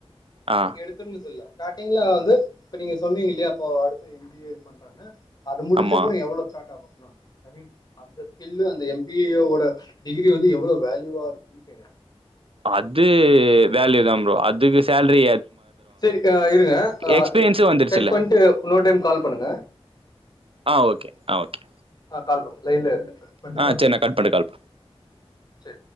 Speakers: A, on the left; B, on the right.
A: ஸ்டார்ட்டிங்
B: ஆ
A: எடுத்தோனே சொல்லல ஸார்டிங்ல வந்து இப்ப நீங்க சொன்னி நீங்க இல்லையா அப்போ அடுத்த எம்பிஏ பண்றேன்ன அது முடிச்சப்புறோ
B: ஆமா
A: எவ்ளோ ஸ்டார்ட் ஆவு ஐ மீன் அந்த ஃபீல்டு அந்த எம்பிவோட டிகிரி வந்து எவ்ளோ வேல்யூவா இருக்ககுனு கேக்கறே
B: அது வேல்யூ தா ப்ரோ அதுக்கு சேல்ரி
A: சேரிகா இருங்க அ
B: எக்ஸ்பீரியன்ஸு வந்துருச்சுல்ல
A: கட் பண்ணிட்டு இன்னொரு டைம் கால் பண்ணுங்க
B: ஆ ஓகே ஆ ஓகே
A: ஆ கால் பண்ணு லைன்ல இரு கட் பண்ணிட்டு
B: ஆ
A: கால்
B: சரி
A: பண்
B: நா கட் பண்ணிட்டு கால் பண்றே
A: சே